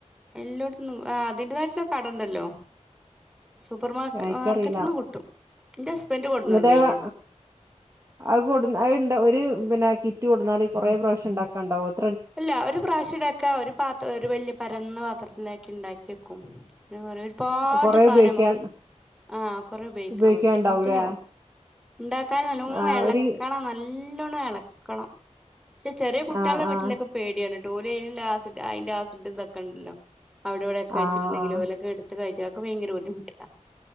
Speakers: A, in the centre; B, on the right.
A: എല്ലോടത്തൂന്നും അതിന്റെതായിട്ടുള്ള കട ഉണ്ടല്ലോ സൂപ്പർ മാർക്ക്
B: എനിക്കറിയില്ല
A: മാർക്കറ്റിൽന്ന് കിട്ടും എന്റെ ഹസ്ബൻഡ് കൊടുന്നതേനത്
B: എന്നിട്ട് അ അത്കൊണ്ടന്ന് അത് കൊണ്ട് ഒരു അപ്പം പിന്നെ ആ കിറ്റ് കൊണ്ട് വന്നാല് കൊറേ പ്രാവശ്യം ഉണ്ടാക്കാൻ ഉണ്ടാവുവോ അത്
A: അല്ല ഒരു പ്രാവശ്യം ഇതാക്ക ഒരു പാത്രം ഒരു വലിയ പരന്ന പാത്രത്തിലാക്കി ഉണ്ടാക്കി കും പിെറ <unintelligible> ഒരുപാട്
B: കൊറേ
A: കാലം
B: ഉപയോഗിക്കാൻ
A: നമുക്ക് ആ കുറേ ഉപയോഗിക്കാൻ
B: ഉപയോഗിക്കാണ്ടാവൂലേ
A: പറ്റും മുതലാവും ഉണ്ടാക്കാൻ നല്ലൂ
B: ആഹ്
A: ഇളക്കണം
B: ഒരു
A: നല്ലോണ്ണം ഇള ക്കളം ക്ഷെ ചെറിയ കുട്ടിയൊള്ള
B: ആഹ്
A: വീട്ടില്
B: ആഹ്
A: പേടിയാണ് ടോലിയിലാസിഡാന്റാസിഡ്ത്ക്കെണ്ടല്ലോ അവിടെവിടെക്കെ വച്ചിട്ടുണ്ടെകിൽ
B: ആഹ് ആഹ്
A: ഓലക്കെ എടുത്ത് കഴിച്ചാ അത് ഭയങ്കര ബുദ്ധിമുട്ട